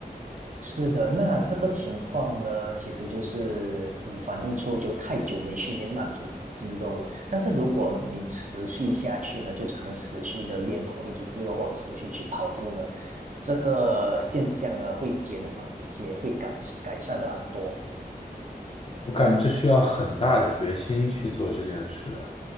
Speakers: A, on the right; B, on the left.
A: 是的，那这个情况呢，其实就是嗯，反映出就太久没训练那组肌肉了。但是如果你持续下去呢，就是可能持续的练同一组肌肉，或持续去跑步呢，这个现象呢会减缓一些，会改改善了很多。
B: 我感觉这需要很大的决心去做这件事啊。